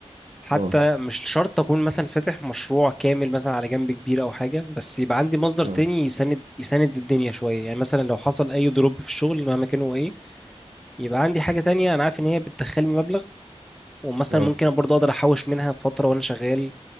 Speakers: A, in the centre; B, on the right.
A: حتى
B: اه
A: مش شرط اكون مثلا فاتح مشروع كامل مثلا على جنب كبير او حاجة بس يبقى عندي مصدر
B: اه
A: تاني يساند يساند الدنيا شوية يعني مثلا لو حصل اي دروب في الشغل مهما كان هو ايه يبقى عندي حاجة تانية انا عارف ان هي بتدخلني مبلغ ومثلا
B: اه
A: ممكن برضو اقدر احوش منها فترة وانا شغال